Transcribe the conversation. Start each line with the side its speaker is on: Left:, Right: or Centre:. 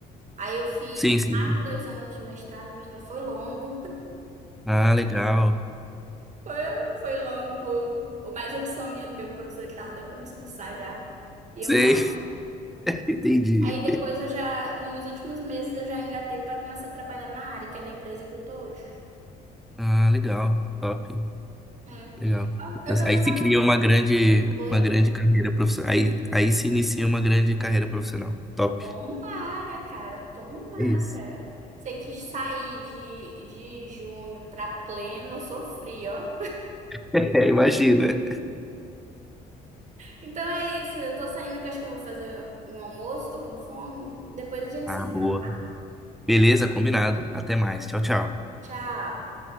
Right: Aí eu fiz
Centre: Sim, sim,
Right: mais
Centre: sim.
Right: de dois anos de mestrado, o mestrado foi longo.
Centre: Ah, legal.
Right: Foi, foi longo, por mais opção minha do que o professor que tava doido pra me expulsar já. E
Centre: Sei.
Right: eu lá.
Centre: <laughs> Entendi.
Right: Aí depois eu já, nos últimos meses, eu já engatei pra começar a trabalhar na área, que é na empresa que eu tô hoje.
Centre: Ah, legal. Top.
Right: É.
Centre: Legal.
Right: Ó, Eu já
Centre: Aí
Right: vou dar.
Centre: se cria
Right: um
Centre: uma grande,
Right: Oi?
Centre: uma grande carreira profissional. Aí, aí se inicia uma grande carreira profissional. Top.
Right: Tomara, cara, tomara.
Centre: É isso.
Right: Você quis sair de, de junho pra pleno, eu sofri, ó.
Centre: <laughs> Imagina.
Right: Então é isso, eu tô saindo que acho que eu vou fazer um almoço, tô com fome. Depois a gente
Centre: Ah,
Right: se
Centre: boa.
Right: fala.
Centre: Beleza, combinado. Até mais. Tchau, tchau.
Right: Tchau.